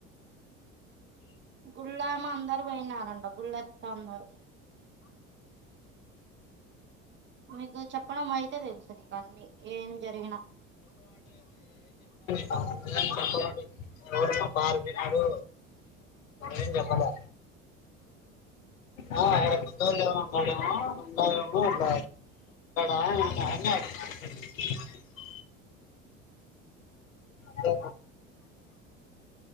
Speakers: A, on the right; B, on the left.
A: గుళ్ళమ అందరు పోయినారంట గుళ్ళెస్తా అందరు మీకు చెప్పడం అయితే తెలుసు నీకు అన్ని ఏం జరిగినా
B: అ <unintelligible> పార్క్ పినాడు ఏం చెప్పలే అహ ఆయనకు ఉందో లేదో <unintelligible> అదే